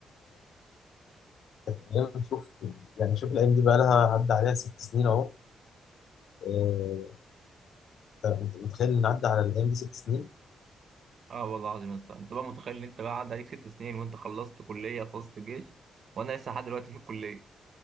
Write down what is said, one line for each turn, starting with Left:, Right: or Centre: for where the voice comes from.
Left: وكان شوف يعني شوف الأيام دي بقى لها عدى عليها ست سنين أهو آه، أنت أنت متخيل إن عدى على الأيام دي ست سنين؟
Right: اه والله العظيم يا اسطى انت بقى متخيل ان انت بقى عدى عليك ست سنين وانت خلصت كليه خلصت الجيش وانا لسه لحد دلوقتي في الكليه